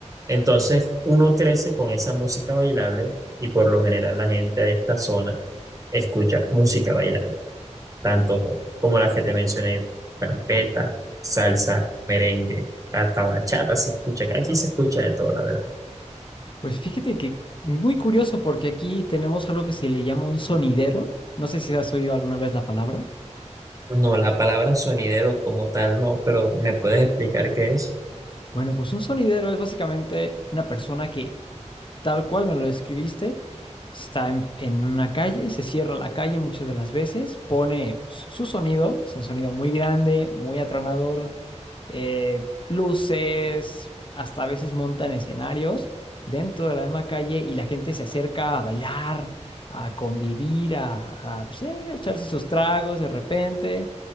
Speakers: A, on the right (about 30°); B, on the left (about 45°).
A: Entonces uno crece con esa música bailable y por lo general la gente de esta zona escucha música bailable tanto co- como las que te mencioné, carpeta, salsa, merengue, hasta bachata se escucha, que aquí se escucha de todo, la verdad.
B: Pues fíjate que muy curioso porque aquí tenemos algo que se le llama un sonidero. No sé si has oído alguna vez la palabra.
A: No, la palabra sonidero como tal no, pero ¿me puedes explicar qué es?
B: Bueno, pues un sonidero es básicamente una persona que, tal cual me lo describiste, Está en, en una calle, se cierra la calle muchas de las veces, pone pues, su sonido, es un sonido muy grande, muy atronador, eh, luces, hasta a veces montan escenarios dentro de la misma calle y la gente se acerca a bailar, a convivir, a, a, pues, sí, a echarse sus tragos de repente,